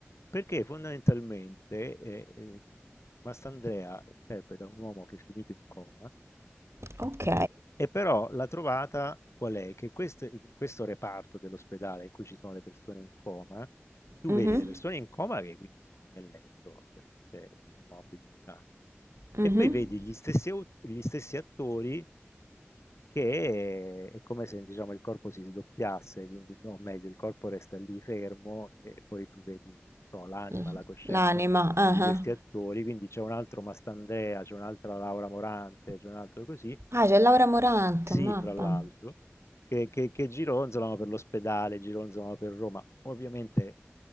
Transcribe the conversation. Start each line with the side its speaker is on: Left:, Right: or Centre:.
Left: perché fondamentalmente eh, eh, Mastandrea interpreta un uomo che è finito in coma
Right: ok.
Left: e però la trovata qual è? Che quest- in questo reparto dell'ospedale in cui ci sono le persone in coma, tu
Right: Mhm,
Left: vedi le persone in coma che quindi sono nel letto, ovviamente immobili, e esanimi,
Right: mhm.
Left: e poi vedi gli stessi, au- gli stessi attori che è come se diciamo, il corpo si sdoppiasse, quindi no, meglio, il corpo resta lì fermo e poi tu vedi, non so, l'anima,
Right: L-
Left: la coscienza
Right: L'anima. ah,
Left: di questi
Right: ah.
Left: attori, quindi c'è un altro Mastandrea, c'è un'altra Laura Morante, c'è un altro così,
Right: Ah, c'è Laura Morante,
Left: sì,
Right: mappa.
Left: fra l'altro, che, che- che gironzolano per l'ospedale, gironzolano per Roma, ovviamente